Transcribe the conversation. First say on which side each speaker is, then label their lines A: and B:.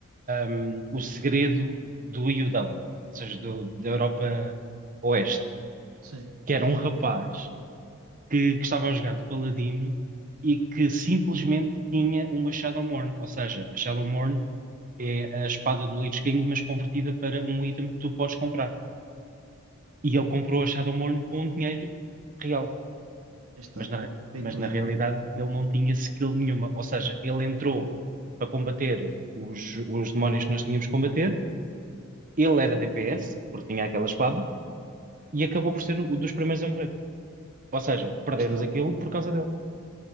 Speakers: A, on the right; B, on the right.
A: um, o segredo do EUW, ou seja, do- da Europa Oeste.
B: Sim, aí
A: que era um rapaz que, que estava a jogar de paladino e que simplesmente tinha uma Shadowmourne. Ou seja, a Shadowmourne é a espada do Lich King, mas convertida para um item que tu podes comprar. E ele comprou a Shadowmourne com dinheiro real.
B: está.
A: Mas na,
B: Pay
A: mas
B: to
A: na
B: win.
A: realidade ele não tinha skill nenhuma. Ou seja, ele entrou para combater os, os demónios que nós tínhamos que combater. Ele era DPS, porque tinha aquela espada, e acabou por ser o dos primeiros a morrer. Ou seja, perdemos
B: Aí está.
A: aquilo por causa dele.